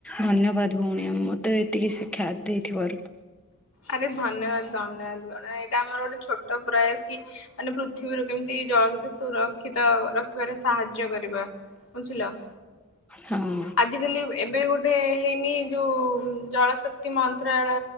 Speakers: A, in the centre; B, on the left.
A: ଧନ୍ୟବାଦ ଭଉଣୀ ଆ ମତେ ଏତିକି ଶିକ୍ଷା ଦେଇଥିବାରୁ
B: ଆରେ ଧନ୍ୟବାଦ ଧନ୍ୟବାଦ ଗଣ ଏଇଟା ଆମର ଗୋଟେ ଛୋଟ ପ୍ରୟାସ କି ମାନେ ପୃଥିବୀରୁ କେମିତି ଜଳ କିତ ସୁରକ୍ଷିତ ରଖିବାରେ ସାହାଯ୍ୟ କରିବା ବୁଝିଲ
A: ହଁ।
B: ଆଜିକାଲି ଏବେ ଗୋଟେ ହେଇନି ଯୋଉ ଜଳଶ ତି ମନ୍ତ୍ରାଳୟ